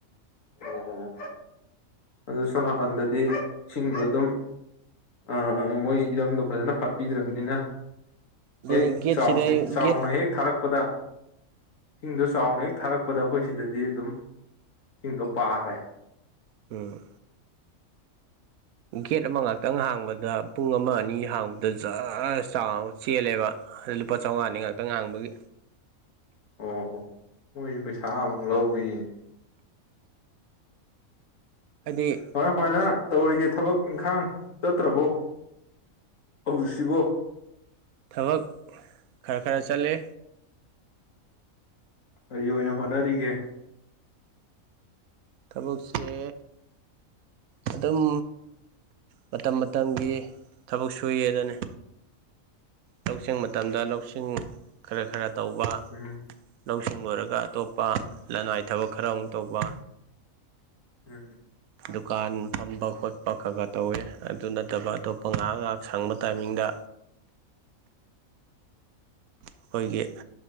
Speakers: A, on the left (about 70°); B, on the right (about 85°).
A: ꯑꯣ ꯑꯗꯨ ꯁꯣꯅꯥꯀꯟꯗꯗꯤ ꯏꯁꯤꯡꯗꫭ ꯑꯗꯨꯝ ꯑꯥ ꯑꯥ ꯃꯣꯏ ꯏꯔꯝꯗꯣ ꯐꯖꯅ ꯐꯠꯄꯤꯗ꯭ꯔꯕꯅꯤꯅ
B: ꯑꯗꯨꯅꯤ
A: ꯍꯦꯛ
B: ꯒꯦꯠꯁꯤꯗ
A: ꯆꯥꯎ ꯆꯥꯎꯅ
B: ꯒꯦꯠ
A: ꯍꯦꯛ ꯊꯥꯔꯛ ꯄꯗ ꯏꯁꯤꯡꯗꯣ ꯆꯥꯎꯅ ꯍꯦꯛ ꯊꯥꯔꯛꯄꯗ ꯑꯩꯈꯣꯏ ꯁꯤꯗꯗꯤ ꯑꯗꯨꯝ ꯏꯁꯤꯡꯗꯣ ꯄꯥꯔꯦ
B: ꯎꯝ ꯒꯦꯠ ꯑꯃ ꯉꯥꯛꯇꯪ ꯍꯥꯡꯕꯗ ꯄꯨꯡ ꯑꯃ ꯑꯅꯤ ꯍꯥꯡꯕꯗ ꯖꯔ ꯆꯥꯎ ꯆꯦꯜꯂꯦꯕ ꯑꯗꯨ ꯂꯨꯄꯥ ꯆꯧꯉꯥꯅꯤ ꯉꯥꯛꯇꯪ ꯍꯥꯡꯕꯒꯤ
A: ꯑꯣ ꯑꫭ ꯃꯣꯏꯖꯦ ꯄꯩꯁꯥꯃꯨꯛ ꯂꯧꯕꯤꯅꯤꯅꯦ
B: ꯍꯥꯏꯗꯤ
A: ꯀꯃꯥꯏ ꯀꯃꯥꯏꯅ ꯇꯧꯔꯤꯒꯦ ꯊꯕꯛ ꯏꯪꯈꯥꯡ ꯆꯠꯇ꯭ꯔꯕꯣ ꯍꯧꯖꯤꯛꯁꯤꯕꯣ
B: ꯊꯕꯛ ꯈꯔ ꯈꯔ ꯆꯠꯂꯦ
A: ꯀꯔꯤ ꯑꯣꯏꯅ ꯍꯣꯠꯅꯔꯤꯒꯦ
B: ꯊꯕꯛꯁꯦ ꯑꯗꯨꯝ ꯃꯇꯝ ꯃꯇꯝꯒꯤ ꯊꯕꯛ ꯁꯨꯏ ꯑꯗꯨꯅꯤ ꯂꯧꯁꯤꯡ ꯃꯇꯝꯗ ꯂꯧꯁꯤꯡ ꯈꯔ ꯈꯔ ꯇꯧꯕ
A: ꯎꯝ
B: ꯂꯧꯁꯤꯡ ꯂꯣꯏꯔꯒ ꯑꯇꯣꯞꯄ ꯂꯅꯥꯏ ꯊꯕꯛ ꯈꯔ ꯑꯃꯨꯛ ꯇꯧꯕ
A: ꯎꯝ
B: ꯗꯨꯀꯥꯟ ꯐꯝꯕ ꯈꯣꯠꯄ ꯈꯔ ꯈꯔ ꯇꯧꯋꯦ ꯑꯗꯨ ꯅꯠꯇꯕ ꯑꯇꯣꯞꯄ ꯉꯍꯥꯛ ꯉꯍꯥꯛ ꯁꯪꯕ ꯇꯥꯏꯃꯤꯡꯗ ꯑꯩꯈꯣꯏꯒꯤ